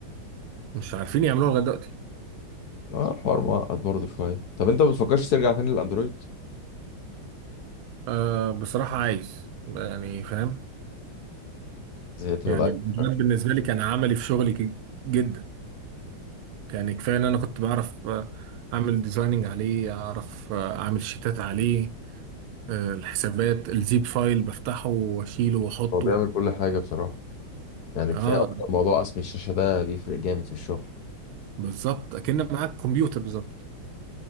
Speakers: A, on the right (about 85°); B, on the left (about 60°).
A: مش عارفين يعملوها لغاية دلوقتي
B: اه الحوار معقد برضه شويه طب انت ما بتفكرش ترجع تاني للاندرويد
A: أه بصراحة عايز يعني فاهم
B: زهقت
A: يعني
B: من الايفون
A: الديزاين
B: شكلك.
A: بالنسبة لي كان عملي في شغلي ج- جدا يعني كفاية ان انا كنت بعرف آه، اعمل ديزايننج عليه اعرف آه، اعمل شيتات عليه آه، الحسابات الزيب فايل بفتحه واشيله واحطه
B: هو بيعمل كل حاجه بصراحه يعني
A: اه
B: كفايه اصلا موضوع قسم الشاشه ده بيفرق جامد في الشغل
A: بالظبط اكن معاك كمبيوتر بالظبط